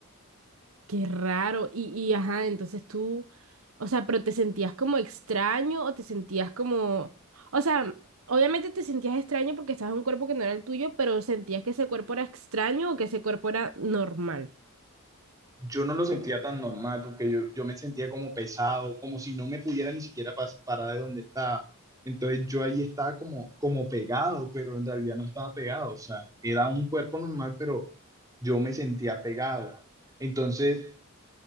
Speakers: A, on the right (about 75°); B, on the right (about 15°).
A: Qué raro. Y, y, ajá, entonces tú, o sea, pero te sentías como extraño o te sentías como, o sea, obviamente te sentías extraño porque estabas en un cuerpo que no era el tuyo, pero sentías que ese cuerpo era extraño o que ese cuerpo era normal.
B: yo no lo sentía tan normal porque yo, yo me sentía como pesado, como si no me pudiera ni siquiera pas- parar de donde estaba. Entonces yo ahí estaba como, como pegado, pero en realidad no estaba pegado. O sea, era un cuerpo normal, pero yo me sentía pegado. Entonces